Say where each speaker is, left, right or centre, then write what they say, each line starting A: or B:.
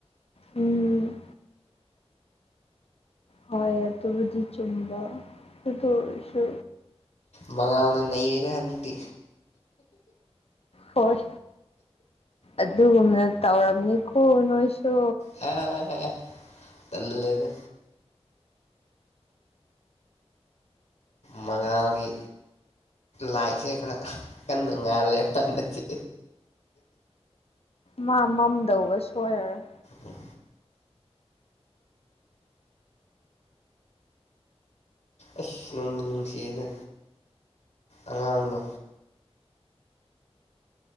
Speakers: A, on the left (about 60°); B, on the left (about 85°).
A: ꯎꯝ ꯍꯣꯏ ꯑꯗꯨꯕꯨꯗꯤ ꯆꯨꯝꯕ ꯑꯗꯨ ꯑꯣꯏꯔꯁꯨ
B: ꯃꯉꯥꯜꯅ ꯅꯩꯔꯦ ꯍꯟꯗꯛꯇꯤ
A: ꯍꯣꯏ ꯑꯗꯨꯒꯨꯝꯅ ꯇꯧꯔꯝꯅꯤꯀꯣ ꯅꯣꯏꯁꯨ
B: ꯑ ꯇꯜꯂꯦꯗ ꯃꯉꯥꯜꯒꯤ ꯂꯥꯏꯁꯦ ꯈꯔ ꯀꯟꯅ ꯉꯥꯜꯂꯦꯕ ꯍꯟꯗꯛꯇꯤ
A: ꯃꯥ ꯃꯝꯗꯧꯕ ꯁꯣꯏꯔꯔꯣꯏ
B: ꯎꯝ ꯑꯁ ꯅꯨꯡꯕꯨ ꯅꯨꯡꯁꯤꯗ ꯑꯉꯥꯡꯗꯣ